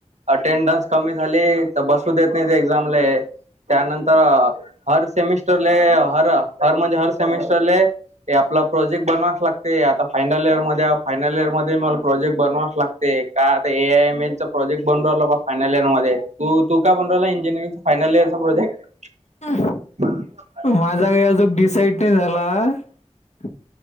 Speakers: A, on the right; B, on the left.
A: अटेंडन्स कमी झालीं तरं बसूं देतं नाहीं ते एक्झांमले. त्यांनंतर हरं सेमिस्टरले हरं हरं म्हणजे हरं सेमेस्टरले ते आपलां प्रोजेक्ट बनवांस लागते आंता फायनल इयंर मध्यें फायनल इयंर मध्यें मलां आपलां प्रोजेक्ट बनवांस लागते. कायं आंता A I E mail - project बनुंराला फायनल इयंर मं तूं तूं कायं बनुं राहिलां इंजिरंगचा फायनल इयंरचां प्रोजेक्ट?
B: हम्मं
A: बरं
B: माझां कायं अजूंन डिसाईड नाहीं झालां